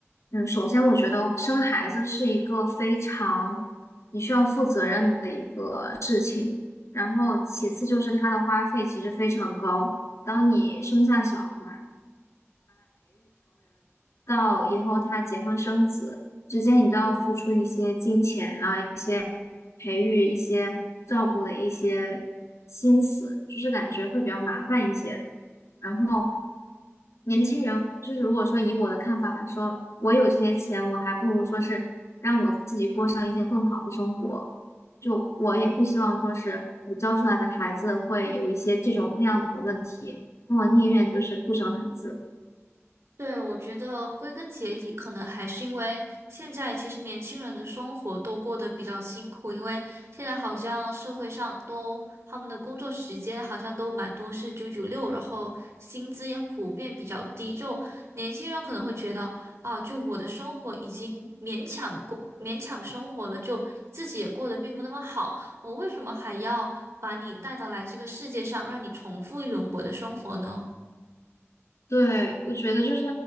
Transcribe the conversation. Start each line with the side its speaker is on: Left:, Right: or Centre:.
Left: 嗯，首先我觉得生孩子是一个非常你需要负责任的一个事情，然后其次就是它的花费其实非常高。当你生下小孩到以后他结婚生子之间，你都要付出一些金钱啊。一些。培育一些照顾的一些心思，就是感觉会比较麻烦一些。然后年轻人，就是如果说以我的看法来说，我有这些钱，我还不如说是让我自己过上一些更好的生活。就我也不希望说是我教出来的孩子会有一些这种那样的问题，那我宁愿就是不生孩子。
Right: 对，我觉得归根结底，可能还是因为现在其实年轻人的生活都过得比较辛苦，因为现在好像社会上都他们的工作时间好像都蛮多是九九六，然后薪资也普遍比较低，就年轻人可能会觉得啊，就我的生活已经勉强过勉强生活了，就自己也过得并不那么好，我为什么还要把你带到来这个世界上，让你重复一轮我的生活呢？
Left: 对，我觉得就是，